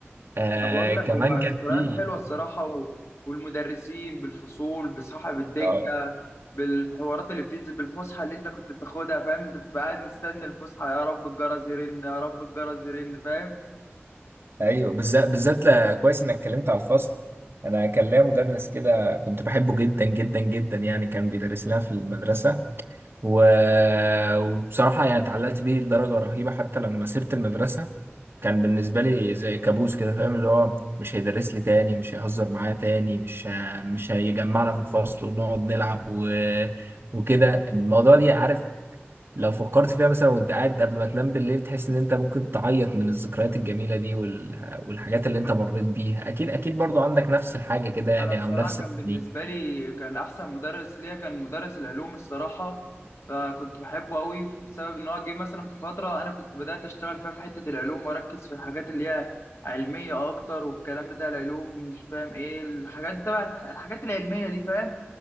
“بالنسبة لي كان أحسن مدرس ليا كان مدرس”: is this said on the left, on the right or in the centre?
Left